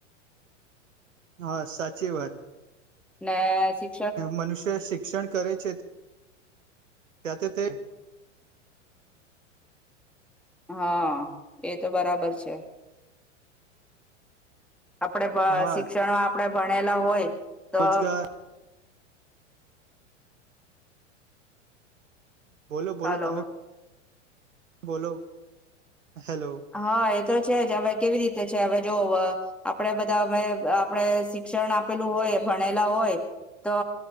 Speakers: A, on the right (about 80°); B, in the centre.
A: હા સાચી વાત
B: મેં અસી
A: મનુષ્ય શિક્ષણ કરે છે તેથી તે
B: હા એ તો બરાબર છે આપણે
A: હા
B: શિક્ષણમાં આપણે ભણેલા હોય તો
A: રોજગાર બોલો બોલો
B: હલો
A: તમે બોલો હેલો
B: હા એ તો છે જ હવે કેવી રીતે છે હવે જો આપણેે બધા અમે આપણેે શિક્ષણ આપેલુ હોય ભણેલા હોય તો